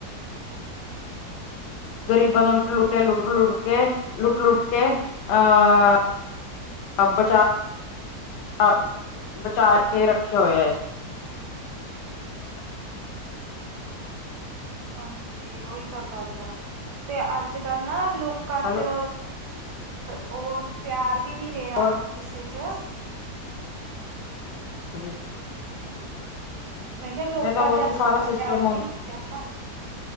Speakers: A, on the left; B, on the right.
A: ਗ਼ਰੀਬਾਂ ਨੂੰ ਲੁੱਟ -ਲੁੱਟ ਕੇ, ਲੁੱਟ -ਲੁੱਟ ਕੇ ਲੁੱਟ- ਲੁੱਟ ਕੇ, ਅਹ ਅ ਬਚਾ- ਬਚਾ ਕੇ ਰੱਖਿਆ ਹੋਇਆ ਹੈ
B: ਹਾਂਜੀ ਉਓਹੀ ਤਾਂ ਗੱਲ ਆ, ਤੇ ਅੱਜ ਕੱਲ ਨਾ ਲੋਕਾਂ
A: ਹੈਲੋ
B: ਚ ਉਹ ਪਿਆਰ ਵੀ ਨੀ ਰਿਹਾ,
A: ਔਰ
B: ਕਿਸੇ 'ਚ।
A: ਜੀ।
B: ਕਿਹਾ ਲੋਕਾਂ
A: ਮੈਂ ਤਾਂ ਬੋਲਦੀ,
B: 'ਚ ਅੱਜ
A: ਸਾਰਾ
B: ਕੱਲ
A: ਸਿਸਟਮ
B: ਪਿਆਰ
A: ਹੁਣ
B: ਵੀ ਨਹੀਂ ਰਿਹਾ